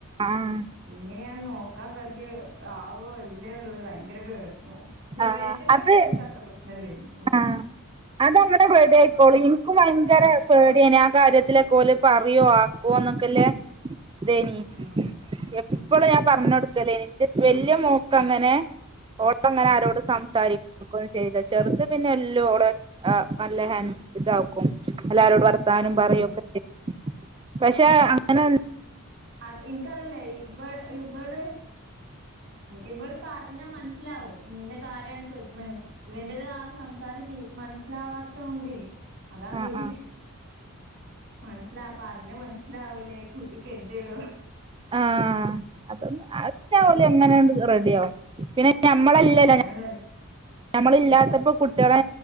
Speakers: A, on the right (about 20°); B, on the right (about 60°).
A: ആഹ്
B: ഇങ്ങനെയാണ് നോക്ക <unintelligible> ഓ ജ
A: ആഹ്
B: വലുദിനെ
A: അത്
B: വിട്ടപ്പോ എനിക്ക് അത്ര പ്രശ്നല്ലേന്ന്‌ ഓ
A: ആഹ് അതങ്ങനെ റെഡിയായിക്കോളൂ എനിക്ക് ഭയങ്കര
B: പറ
A: പേടിയനെ ആ കാര്യത്തിലെക്കോല് പറയുവോ പോന്നൊക്കല്ലേ ദേനി
B: ഉം
A: ഇപ്പോള ഞാൻ പറഞ്ഞ കൊടുക്കല്ലേ നിന്റെ വലിയ മോക്ക് അങ്ങനെ അങ്ങനെ ആരോട് സംസാരിക്ക ചെയ്ത് ചെറുത പിന്നെ എല്ല നല്ല ഹൻഡ ഇതാക്കും എല്ലരോടും വർത്താനും
B: ആഹ്
A: പറയൊക്കെ ചെയ പക്ഷെ അങ്ങനെ
B: അത് എനിക്കതല്ലേ ഇ ഇവള് ഇവ പറഞ്ഞാ മനസ്സിലാവും ഇന്ന കാര്യാണ് ചോദിക്കണ്ണേന്ന്‌ ഇവന്റേത് ആ സംസാരം തീ മനസ്സിലാവാതോന്റി അതാണ്
A: ആഹ്
B: വെടി
A: ആഹ്
B: മനസ്സിലാപ്പറഞ്ഞെ മനസ്സിലാവൂലെ കുട്ടി കര്തിടൊ
A: ആ അതൊന്നു അത് ഞാൻ ഓലെ ങ്നെ അണ്ട് റെഡി ആവും പിന്നെ ഞമ്മളല്ലല്ലോ
B: പിന്നതെ
A: ഞമ്മള് ഇല്ലാത്തപ്പോ കുട്ടികള്